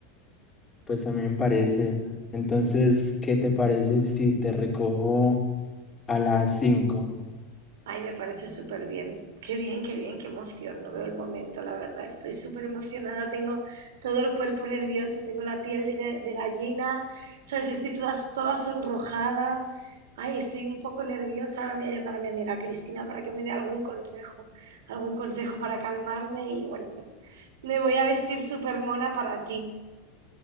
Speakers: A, on the left; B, on the right.
A: Pues a mí me parece. Entonces, ¿qué te parece si te recojo a las cinco
B: Ay, me parece súper bien. Qué bien, qué bien, qué emoción. No veo el momento, la verdad. Estoy súper emocionada. Tengo todo el cuerpo nervioso, tengo la piel de, ga- de gallina, ¿sabes? Estoy toda, toda sonrojada. Ay, estoy un poco nerviosa. Ahora voy a llamar a mi amiga Cristina para que me dé algún consejo, algún consejo para calmarme. Y bueno, pues me voy a vestir súper mona para ti.